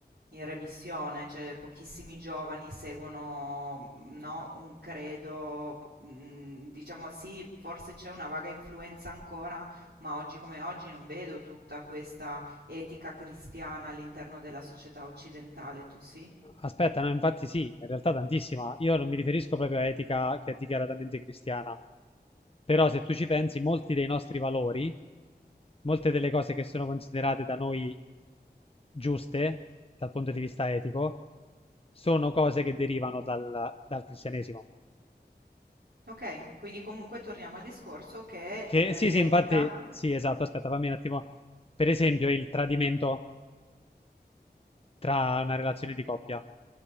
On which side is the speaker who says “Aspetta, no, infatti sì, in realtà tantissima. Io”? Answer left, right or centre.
Left